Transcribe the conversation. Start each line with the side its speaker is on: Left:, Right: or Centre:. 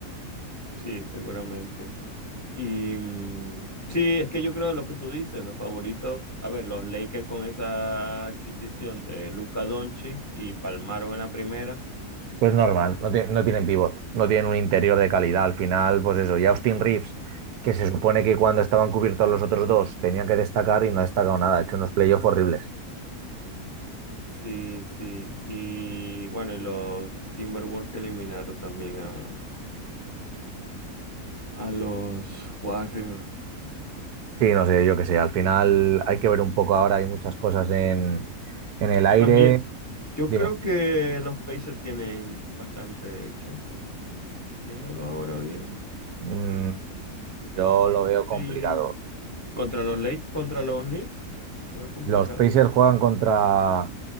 Left: sí, seguramente. Y mm, sí, es que yo creo lo que tú dices, los favoritos, a ver, los Lakers con esa adquisición de Luka Doncic y palmaron en la primera.
Right: Pues normal, no, tie- no tienen pivot, no tienen un interior de calidad. Al final, pues eso, y Austin Reeves, que se supone que cuando estaban cubiertos los otros dos tenían que destacar y no ha destacado nada, ha hecho unos playoffs horribles.
Left: Sí, sí. Y bueno, y los Timberwolves que eliminaron también a, A los Warriors.
Right: Sí, no sé, yo qué sé, al final hay que ver un poco ahora, hay muchas cosas en, en el aire.
Left: Pues mira, yo
Right: Dime,
Left: creo que los Pacers tienen bastante chances. ¿no? Viéndolo ahora bien.
Right: Mm, yo lo veo complicado.
Left: Sí. Contra los Lakers, contra los Knicks, lo veo complicado.
Right: Los Pacers juegan contra.